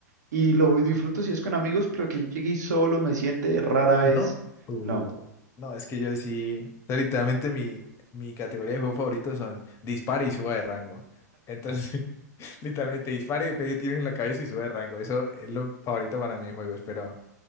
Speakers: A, on the right (about 70°); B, on the left (about 30°).
A: y lo disfruto si es con amigos, pero que yo llegue y solo me siente rara vez.
B: ¿No? Uh,
A: No.
B: no, es que yo sí. o sea, literalmente mi, mi categoría de juego favorito son dispare y suba de rango. Entonces, <laughs> literalmente dispare, pegue tiros en la cabeza y suba de rango. Eso es lo favorito para mí en juegos. Pero